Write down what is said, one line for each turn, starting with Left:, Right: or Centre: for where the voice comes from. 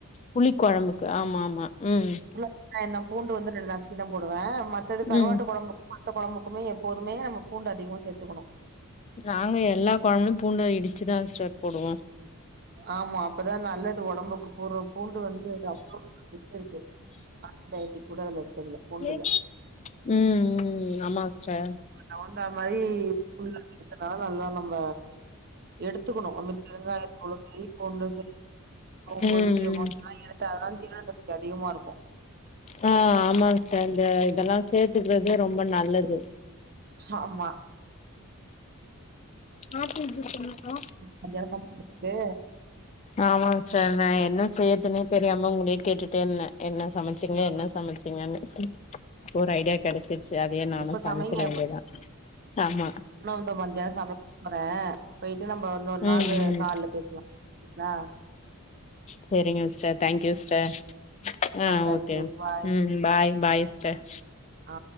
Left: புளி கொழம்புக்கு ஆமா ஆமா ம்
Right: நா இன்னம் பூண்டு வந்துட்டு ரெண்டு நசுக்கி தா போடுவே மத்தது கருவாட்டு
Left: ம்
Right: கொழம்பு மத்த கொழம்புக்குமே எப்போதுமே நம்ம பூண்டு அதிகமா சேத்துக்கணு
Left: நாங்க எல்லா கொழம்பலையு பூண்ட இடிச்சுதா ஸ்டர் போடுவோ
Right: ஆமா அப்பதா நல்லது ஒடம்புக்கு போட்ற பூண்டு வந்து அப்றோ இருக்கு <unintelligible> கூட இருக்கு அதுல பூண்டுல
Left: ஏ ம் ம் ஆமா சிஸ்டர்
Right: அதுக்கு தவுந்தா மாறி <inaudible> நல்லா நம்ம எடுத்துக்கணு அந்மாறி பெருங்காயத்தூள் மாறி கொண்டு <unintelligible> சோம்பு
Left: ம்
Right: ஜீரகோ
Left: ம்
Right: இதெல்லா எடுத்தாதா ஜீரண சக்தி அதிகமா இருக்கு
Left: ஆ ஆமாங் சார் இந்த இதெல்லா சேத்துக்கறது ரொம்ப நல்லது
Right: ஆம்மா
Left: ஆப்பிள் சூஸ் எவ்லோக்கா
Right: மதியான சமையல் வந்து
Left: ஆமாங் சார் நா என்ன செய்யறதுனே தெரியாம உங்களே கேட்டுட்டே இருந்தே என்ன சமைச்சிங்க
Right: ஆ
Left: என்ன சமைச்சிங்கன்னு ஒரு ஐடியா கெடைச்சிருச் சேரி அதே நானு
Right: இப்ப
Left: சமைச்சிட
Right: சமைங்க
Left: வேண்டியதா ஆமா
Right: இப்ப மத்தியானோ சமைக்கப்போறே போயிட்டு நம்ப இன்னொரு நாளு
Left: ம் ம்
Right: கால்லா பேசலா <unintelligible>
Left: சேரிங்க சிஸ்டர் தேங்க்யூ சிஸ்டர் ஆ
Right: தேங்க்யூ
Left: ஓகே
Right: பாய்
Left: ம் பாய் பாய் சிஸ்டர்
Right: ஆ